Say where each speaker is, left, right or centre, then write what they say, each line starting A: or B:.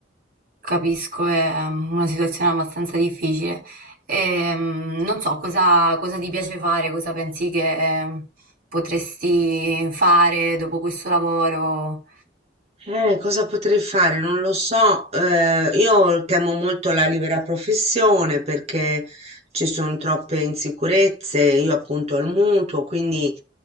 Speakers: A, on the right (about 50°); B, on the right (about 35°).
A: capisco, è mm, una situazione abbastanza difficile. Ehm, non so cosa cosa ti piace fare, cosa pensi che eh, potresti fare dopo questo lavoro.
B: Eh, cosa potrei fare? Non lo so. eh, io temo molto la libera professione perché ci sono troppe insicurezze. Io appunto ho il mutuo, quindi